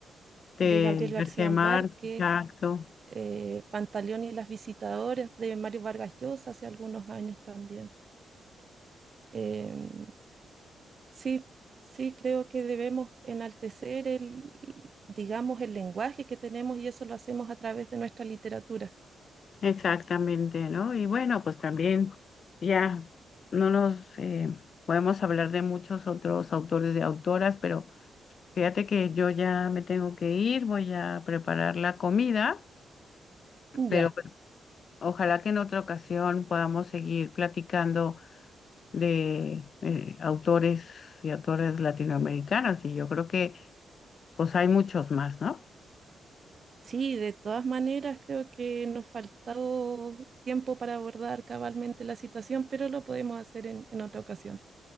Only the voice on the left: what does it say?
De
García Márquez,
exacto,
exactamente, ¿no? Y bueno, pues también ya no nos eh, podemos hablar de muchos otros autores de autoras, pero fíjate que yo ya me tengo que ir, voy a preparar la comida,
pero pues ojalá que en otra ocasión podamos seguir platicando de eh, autores y autores latinoamericanos. Y yo creo que pues hay muchos más, ¿no?